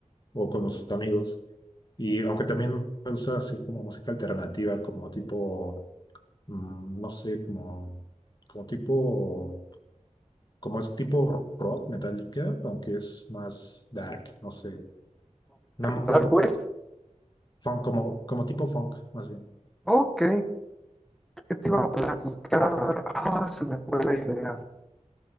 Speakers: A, on the left (about 35°); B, in the centre.
A: o con los amigos. Y aunque también me gusta así como música alternativa, como tipo, mm, no sé, como, como tipo, como es tipo rock, metálica, aunque es más dark, no sé. No me acuerdo.
B: Dark Wave.
A: Funk, como, como tipo funk, más bien.
B: Ok, ¿qué te
A: Ujú.
B: iba a platicar? Ah, se me fue la idea.